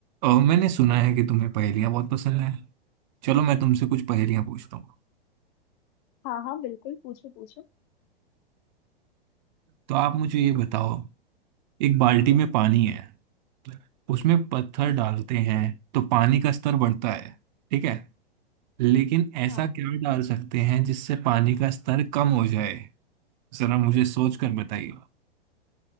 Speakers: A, on the right; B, on the left.
A: और मैंने सुना है कि तुम्हें पहेलियाँ बहुत पसंद है चलो मैं तुमसे कुछ पहेलियाँ पूछता हूँ
B: हाँ हाँ बिल्कुल पूछो पूछो
A: तो आप मुझे ये बताओ एक बाल्टी में पानी है उसमें पत्थर
B: हम्म,
A: डालते हैं तो पानी का स्तर बढ़ता है ठीक है लेकिन ऐसा
B: हाँ
A: क्या डाल सकते हैं जिससे पानी का स्तर कम हो जाए जरा मुझे सोच कर बताइए